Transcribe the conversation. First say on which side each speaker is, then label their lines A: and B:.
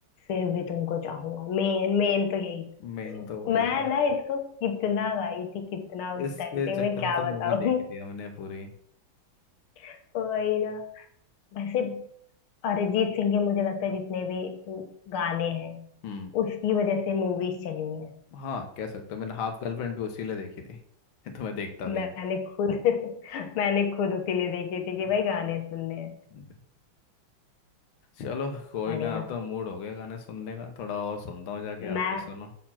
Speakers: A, on the left; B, on the left.
A: फिर भी तुमको चाहूंगा मेन मेन तो यही था।
B: मेन तो वही
A: मैं
B: था
A: ना इसको कितना गाई थी कितना उस
B: इसके
A: टाइम पे
B: चक्कर
A: मैं क्या
B: में तो मूवी
A: बताऊं
B: देखी थी हमने पूरी
A: <laughs> वही ना वैसे अरिजीत सिंह के मुझे लगता है जितने भी गाने हैं
B: हम्म
A: उसकी वजह से मूवीज चली हैं
B: हाँ कह सकते हो मैंने हाफ गर्लफ्रेंड भी उसी लिए देखी थी <laughs> तो मैं देखता
A: मैंने
B: भी नहीं
A: खुद <laughs> मैंने खुद उसीलिए देखी थी कि
B: हम्म,
A: भाई गाने सुनने हैं
B: हम्म। चलो कोई
A: बढ़िया
B: ना अब तो मूड हो गया गाने सुनने का थोड़ा और सुनता हूँ जाके
A: मैं
B: आप भी सुनो